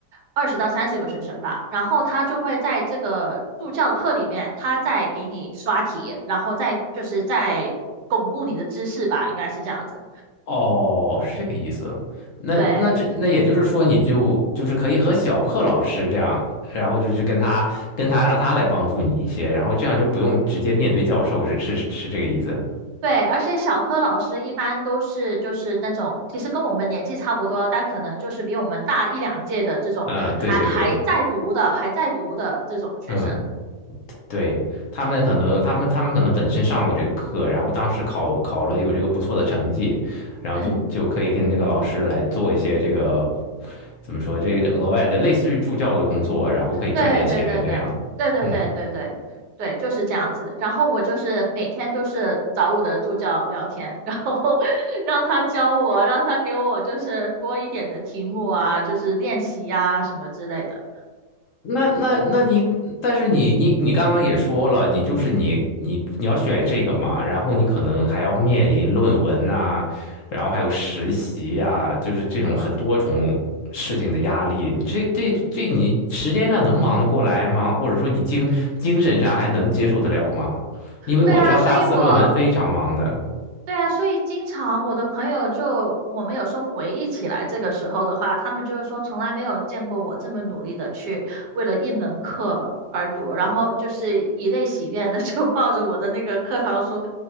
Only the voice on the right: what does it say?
二十到三十个学生吧，然后他就会在这个助教课里面，他再给你刷题，然后再就是再巩固你的知识吧，应该是这样子，
对。
对，而且小柯老师一般都是就是那种，其实跟我们年纪差不多，但可能就是比我们大一两届的这种，
还还在读的，还在读的这种学生。
嗯，
对对对对对对对对对对，
就是这样子。然后我就是每天都是找我的助教聊天，然后 <laughs> 让他教我，让他给我就是多一点的题目啊，就是练习呀、什么之类的。
对啊，所以我对啊，所以经常我的朋友就，我们有时候回忆起来这个时候的话，他们就是说从来没有见过我这么努力的去为了一门课而读，然后就是以泪洗面的 <laughs> 就抱着我的那个课堂书，